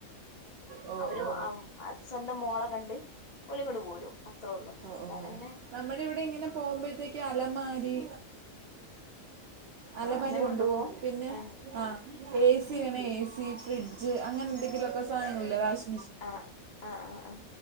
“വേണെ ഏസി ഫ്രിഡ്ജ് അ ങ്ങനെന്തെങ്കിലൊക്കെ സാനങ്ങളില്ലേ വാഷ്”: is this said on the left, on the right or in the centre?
Right